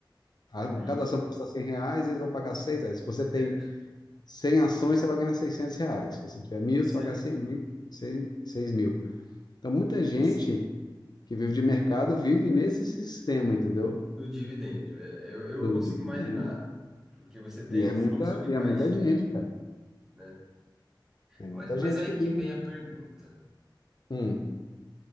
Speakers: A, on the left; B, in the centre.
A: A-
B: Uhum.
A: Cada ação custa 100 reais, eles vão pagar seis. reais. Se você tem
B: Certo,
A: 100 ações, você vai ganhar 600 reais. Se você tiver mil,
B: certo.
A: você vai ganhar cem mil, seis 6, mil. Então, muita gente
B: Esse,
A: que vive de mercado vive nesse sistema, entendeu?
B: o dividendo, é, eu, eu
A: Do,
B: consigo
A: de
B: imaginar
A: venda.
B: porque você tem
A: E é
B: um
A: muita,
B: fluxo de
A: e
B: caixa,
A: é muita gente, cara.
B: né?
A: É muita
B: Mas, mas
A: gente
B: aí
A: que
B: que
A: vive.
B: vem a pergunta.
A: Hum.